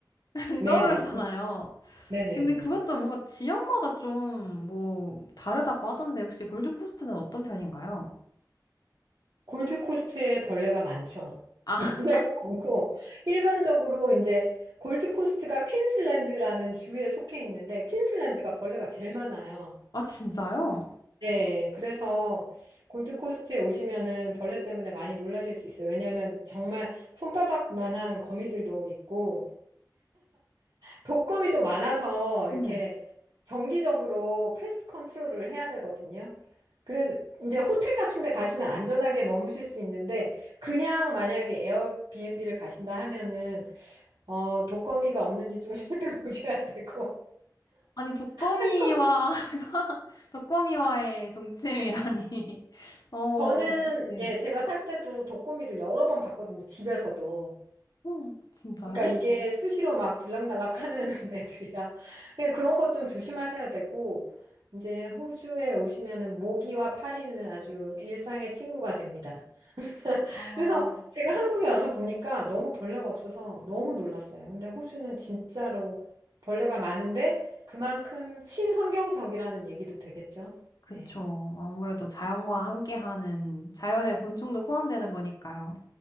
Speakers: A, on the left (about 55°); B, on the right (about 70°).
A: 많이
B: 네,
A: 떠오르잖아요.
B: 맞습니다. 네네네.
A: 근데 그것도 뭔가 지역마다 좀 뭐 다르다고 하던데 혹시 골드코스트는 어떤 편인가요?
B: 골드코스트에 벌레가 많죠.
A: 아,
B: <laughs> 벌레가 많고, 일반적으로 이제 골드코스트가 퀸슬랜드라는 주에 속해 있는데, 퀸슬랜드가 벌레가 제일 많아요.
A: 아 진짜요?
B: 네, 그래서 골드코스트에 오시면은 벌레 때문에 많이 놀라실 수 있어요. 왜냐하면 정말 손바닥만한 거미들도 있고, 독거미도 많아서 이렇게
A: 어머.
B: 정기적으로 패스트 컨트롤을 해야 되거든요. 그래서 이제 호텔 같은 데 가시면 안전하게 머무실 수 있는데 그냥 만약에 에어비앤비를 가신다 하면은 어, 독거미가 없는지 좀 <laughs> 살펴보셔야 되고
A: 아니 독거미와
B: 패스트 컨트롤
A: <laughs> 독거미와의 동침이라니. <laughs> 어,
B: 저는
A: 네.
B: 예, 제가 살 때도 독거미를 여러 번 봤거든요. 집에서도.
A: 어, 진짜요?
B: 그러니까 이게 수시로 막 들락날락 하는 <laughs> 애들이라 예, 그런 것 좀 조심하셔야 되고 이제 호주에 오시면은 모기와 파리는 아주 일상의 친구가 됩니다.
A: 아,
B: 그래서 제가 한국에 와서 보니까 너무 벌레가 없어서 너무 놀랐어요. 근데 호주는 진짜로 벌레가 많은데 그만큼 친환경적이라는 얘기도 되겠죠.
A: 그쵸.
B: 네.
A: 아무래도 자연과 함께하는 자연의 곤충도 포함되는 거니까요.